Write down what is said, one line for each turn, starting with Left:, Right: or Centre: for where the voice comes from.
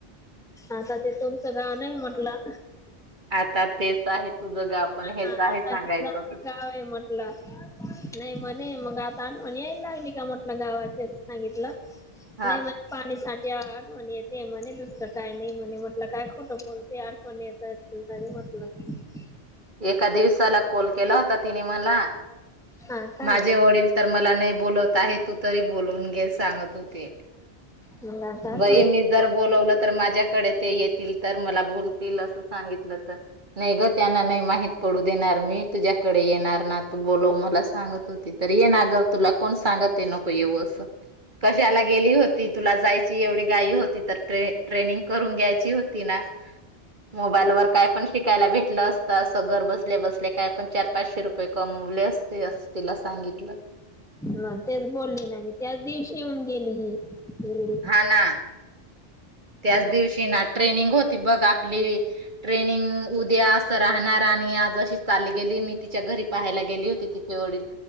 Centre: आता ते तुमचं गाव नाही म्हटलं.
Right: आता तेच आहे तुझ गाव पण हेच
Centre: हा
Right: आहे
Centre: आता
Right: सांगायचं
Centre: हे गाव
Right: होतं.
Centre: आहे म्हटलं नाही म्हणे मग आता आठवण यायला लागली का म्हटलं गावाची असं सांगितलं.
Right: हा
Centre: नाही म्हणे पाणी साठ- त्या आठवण येते म्हणे. दुसरं काय नाही म्हणे. म्हटलं काय खोटं बोलतेय. आठवणी येत असतील तरी <unintelligible>
Right: एका दिवसाला कॉल केला होता तिने मला,
Centre: हा का
Right: माझे वडील- तर मला नाही बोलत आहे, तू तरी बोलून घे सांगत- <unintelligible>
Centre: मग आता आठवण
Right: बई
Centre: यायला
Right: मी जर
Centre: लागली.
Right: बोलवलं तर माझ्याकडे ते येतील तर मला बोलतील अस, सांगितलं तर नाही ग त्यांना- माहीत देणार मी तुझ्याकडे येणार ना तू बोलव मला- सांगत होती तर ये ना ग तुला कोण सांगत नको येऊ असं, कशाला गेली होती तुला जायची, एवढी गाय होती तर ट्रेनिंग करून घ्यायची होती ना. मोबाईल वर काय पण शिकायला भेटलं अस- असं घर बसल्या बसल्या काय पण चार पाचशे रुपये कमवले असते अस तिला सांगितलं,
Centre: मग तेच बोलली ना मी त्याच दिवशी येऊन गेली ही- वेगळी
Right: हा- ना त्याच
Centre: मग
Right: दिवशी ना ट्रेनिंग होती बघ आपली- ट्रेनिंग उद्या असं राहणार आणि आज अशी चालली गेली, मी तिच्या घरी पाहायला गेली, तिचे वडील